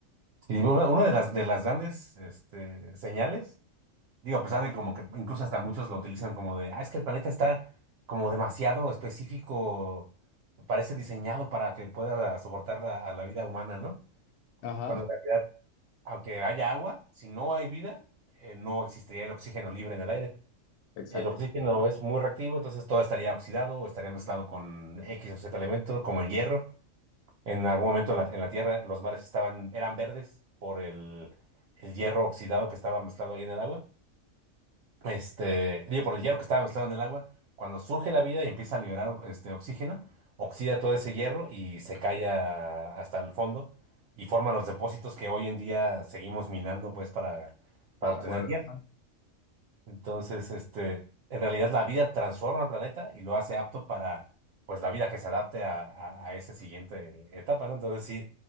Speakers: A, on the right; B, on the left.
A: Y una, una de las, de las grandes este, señales. Digo, a pesar de como que incluso hasta muchos lo utilizan como de, ah, es que el planeta está como demasiado específico, parece diseñado para que pueda soportar la- a la vida humana, ¿no?
B: Ajá.
A: Cuando en realidad, aunque haya agua, si no hay vida, eh, no existiría el oxígeno libre en el aire.
B: Exacto.
A: El oxígeno es muy reactivo, entonces todo estaría oxidado o estaría mezclado con X o Z elemento, como el hierro. En algún momento en la, en la Tierra los mares estaban, eran verdes por el, el hierro oxidado que estaba mezclado ahí en el agua. este, digo, por el hierro que estaba mezclado en el agua, cuando surge la vida y empieza a liberar este oxígeno, oxida todo ese hierro y se cae a- hasta el fondo y forma los depósitos que hoy en día seguimos minando pues para, para
B: Para
A: obtener
B: Sí. poder. ajá,
A: entonces, este, en realidad la vida transforma al planeta y lo hace apto para, pues, la vida que se adapte a, a, a esa siguiente etapa, ¿no? Entonces, sí,